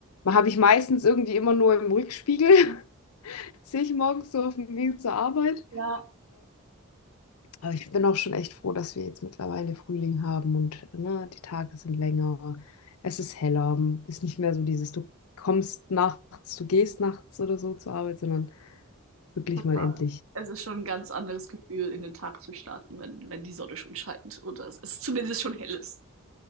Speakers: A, on the left; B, on the right.
A: habe ich meistens irgendwie immer nur im Rückspiegel, <laughs> sehe ich morgens so auf dem Weg zur Arbeit.
B: Ja,
A: Aber ich bin auch schon echt froh, dass wir jetzt mittlerweile Frühling haben und ne, die Tage sind länger, es ist heller, ist nicht mehr so dieses, du kommst nachts, du gehst nachts oder so zur Arbeit, sondern wirklich
B: total.
A: mal endlich.
B: Es ist schon ein ganz anderes Gefühl, in den Tag zu starten, wenn, wenn die Sonne schon scheint oder es ist zumindest schon hell ist.